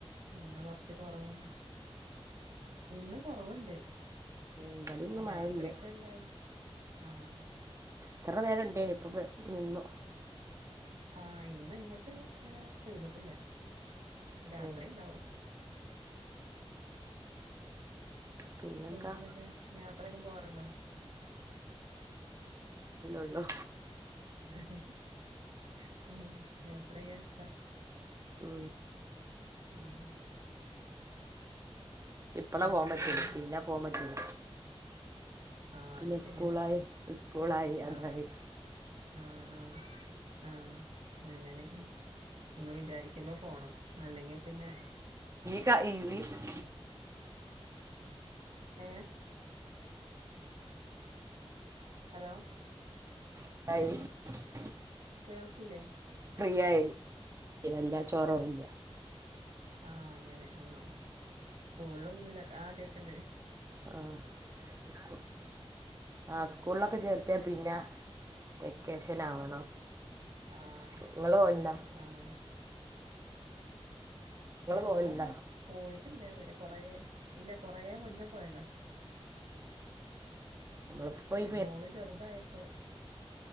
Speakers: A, on the right (about 85°); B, on the right (about 30°).
A: ഇന്ന് കൊറച്ച് കൊറവാണ് ഇന്ന് കൊറവുണ്ട്.
B: ഉം, ഇവിടെ ഇന്ന് മഴ
A: രാത്രി
B: ഇല്ല
A: ഒക്കെ ഇണ്ടാവ ആഹ
B: ഇത്ര നേരം ഉണ്ടായിനി ഇപ്പ നിന്നു
A: ആഹ ഇന്ന് ഇങ്ങോട്ട് അങ്ങനെ പെയ്തിട്ടില്ല. രാത്രി
B: ഏ
A: ഉണ്ടാവും
B: പിന്നെന്താ
A: പിന്നെ എന്തൊക്കെയാ യാത്രയക്കെ പോവാറുണ്ടോ?
B: ള്ളോ
A: ഹഹഹ. യാത്രയ്യാ ഇഷ്ട.
B: ഉ
A: ഉം
B: ഇപ്പളെ
A: എങ്ങട്ടാ
B: പോവാാൻ പറ്റൂ
A: പോവല്
B: പിന്നെ പോവാാൻ പറ്റൂല
A: ആഹ
B: പിന്നെ
A: അത് ശരിയാ
B: സ്കൂളായി സ്കൂളായി അതായി
A: ആഹ ആഹ ആഹ ആഹ അങ്ങനെ നമ്മൾ വിചാരിക്കുമ്പോ പോണം അല്ലെങ്കിൽ പിന്നെ
B: ക്ക ആ ഈ
A: <unintelligible> ഏ ഹലോ
B: <unintelligible>
A: കേൾക്കിലേ.
B: യായി വല്ല ചോറവില്ല
A: ആഹ അങ്ങനെ ആഹ സ്കൂളിലും ഇതിലൊക്കെ ആദ്യൊക്കെണ്ട്
B: ആ സ് ആ സ്കൂളിലൊക്കെ ചേർത്തിയ പിന്നെ വെക്കേഷൻ ആാവണം
A: ആഹ്
B: നിങ്ങൾ പോലോണ്ടോ
A: ആഹ് ഞങ്ങ
B: പോകണ്ട
A: അങ്ങനെ പോയിട്ടില്ല ഇതുവരെ കൊറെ ഇല്ല കൊറ മുന്നേ പോയതാ
B: നമ്മളിപ്പോൾ ഈ
A: മോള് ചെറുതായപ്പോൊ.